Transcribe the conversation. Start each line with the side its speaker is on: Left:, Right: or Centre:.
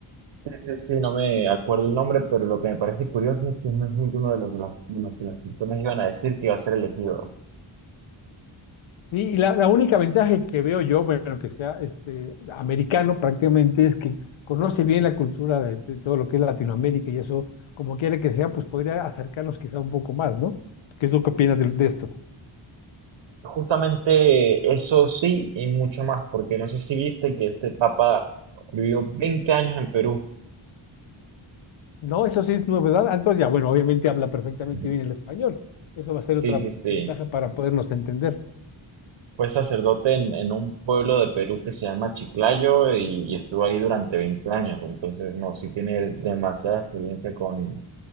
Right: Sí, sí, sí, no me acuerdo el nombre, pero lo que me parece curioso es que no es ninguno de los, de los, de los que las personas iban a decir que iba a ser elegido.
Left: Sí, y la, la única ventaja que veo yo, bueno, que sea este, americano prácticamente, es que conoce bien la cultura de, de todo lo que es Latinoamérica y eso, como quiera que sea, pues podría acercarnos quizá un poco más, ¿no? ¿Qué es lo que opinas de, de esto?
Right: Justamente eso sí y mucho más, porque no sé si viste que este papa vivió 20 años en Perú.
Left: No, eso sí es novedad. Ah, Entonces ya, bueno, obviamente habla perfectamente
Right: <laughs>
Left: bien el español. Eso va a ser
Right: Sí,
Left: otra
Right: sí, sí.
Left: ventaja para podernos entender.
Right: Fue sacerdote en, en un pueblo de Perú que se llama Chiclayo y, y estuvo ahí durante 20 años. Entonces, no, sí tiene demasiada experiencia con,